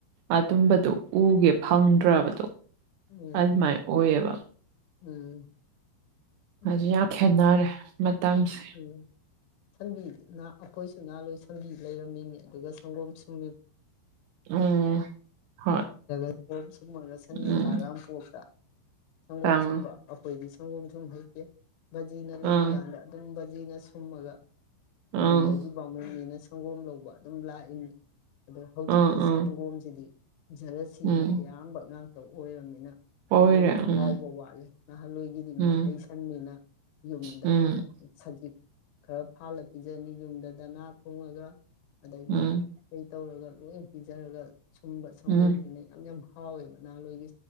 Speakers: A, on the right; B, on the left.
A: ꯑꯗꯨꯝꯕꯗꯣ ꯎꯒꯦ ꯐꯪꯗ꯭ꯔꯕꯗꯣ
B: ꯎꯝ
A: ꯑꯗꯨꯃꯥꯏꯅ ꯑꯣꯏꯌꯦꯕ
B: ꯎꯝ ꯎꯝ
A: ꯍꯧꯖꯤꯛ ꯌꯥꯝ ꯈꯦꯠꯅꯔꯦ ꯃꯇꯝꯁꯦ
B: ꯎꯝ ꯁꯝꯕꯤ ꯑꯩꯈꯣꯏꯁꯨ ꯅꯍꯥꯜꯂꯣꯏ ꯁꯝꯕꯤ ꯂꯩꯔꯝꯃꯤꯅꯤ ꯑꯗꯨꯒ ꯁꯪꯒꯣꯝ ꯁꯨꯝꯃꯤ
A: ꯎꯝ ꯍꯣꯏ
B: ꯁꯟ ꯁꯣꯝ ꯁꯨꯝꯃꯒ ꯁꯟ
A: ꯎꯝ
B: ꯃꯆꯥꯒ ꯌꯥꯝ ꯄꯣꯛꯄ ꯁꯪꯒꯣꯝ
A: ꯇꯥꯡ
B: ꯁꯨꯝꯕ ꯑꯩꯈꯣꯏꯗꯤ ꯁꯪꯒꯣꯝ ꯁꯨꯝ ꯍꯩꯇꯦ ꯕꯖꯤꯅ
A: ꯎꯝ
B: ꯂꯩꯔꯤꯀꯥꯟꯗ ꯑꯗꯨꯝ ꯕꯖꯤꯅ ꯁꯨꯝꯃꯒ
A: ꯎꯝ
B: ꯌꯨꯝꯗꯒꯤ ꯕꯥꯃꯟꯅꯤꯅ ꯁꯪꯒꯣꯝ ꯂꯧꯕ ꯑꯗꯨꯝ ꯂꯥꯛꯏꯅꯤ ꯑꯗꯣ ꯍꯧꯖꯤꯛꯇꯤ
A: ꯎꯝ ꯎꯝ
B: ꯁꯪꯒꯣꯝꯁꯤꯗꯤ ꯖꯔꯁꯤꯒꯤ
A: ꯎꯝ
B: ꯑꯌꯥꯝꯕ ꯉꯥꯛꯇ ꯑꯣꯏꯔꯝꯅꯤꯅ
A: ꯑꯣꯏꯔꯦ
B: ꯁꯪꯒꯣꯝꯁꯨ
A: ꯎꯝ
B: ꯍꯥꯎꯕ ꯋꯥꯠꯂꯦ ꯅꯍꯥꯟꯋꯥꯏꯒꯤꯗꯤ
A: ꯎꯝ
B: ꯃꯩꯇꯩ ꯁꯟꯅꯤꯅ ꯌꯨꯝꯗ
A: ꯎꯝ
B: ꯁꯖꯤꯛ ꯈꯔ ꯐꯥꯜꯂ ꯄꯤꯖꯅꯤ ꯌꯨꯝꯗ ꯗꯅꯥ ꯊꯣꯡꯉꯒ ꯑꯗꯒꯤ
A: ꯎꯝ
B: ꯏꯁꯩ ꯇꯧꯔꯒ ꯂꯣꯏ ꯄꯤꯖꯔꯒ ꯁꯨꯝꯕ ꯁꯪꯒꯣꯝꯅꯤꯅ
A: ꯎꯝ
B: ꯌꯥꯝ ꯌꯥꯝ ꯍꯥꯎꯋꯦꯕ ꯅꯍꯥꯟꯋꯥꯏꯒꯤ